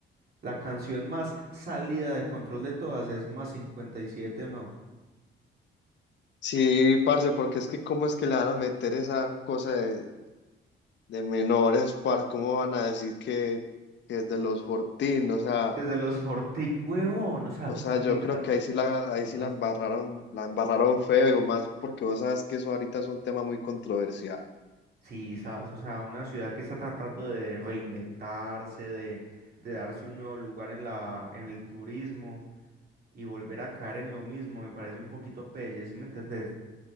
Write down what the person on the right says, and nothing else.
la canción más salida de control de todas es Más 57 o no.
Desde los Fortín, huevón, o sea,
literal,
sí,
sas,
sí, sas, o sea, una ciudad que está tratando de reinventarse, de, de darse un nuevo lugar en la, en el turismo y volver a caer en lo mismo, me parece un poquito pelle, ¿sí me entendés?